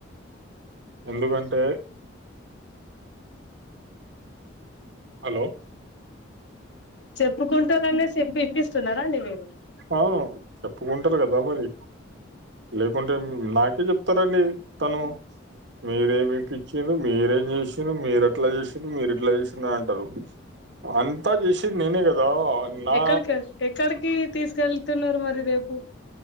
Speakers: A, on the right; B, on the left.
A: ఎందుకంటే హలో
B: చెప్పుకుంటారనే చెప్పి ఇప్పిస్తున్నారా అండి మీరు
A: అవును చెప్పుకుంటరు కదా మరి లేకుంటే నాకే చెప్తారండి తను మీరేమి పిచ్చి మీరేం చేసిన మీరక్క ఇట్లా చేశింది మీరు ఇట్లా చేసిందా అంటరు అంతా చేసింది నేనే కదా నా
B: ఎక్కడికి ల్ ఎక్కడికి తీసు వెళ్తున్నరు మరి రేపు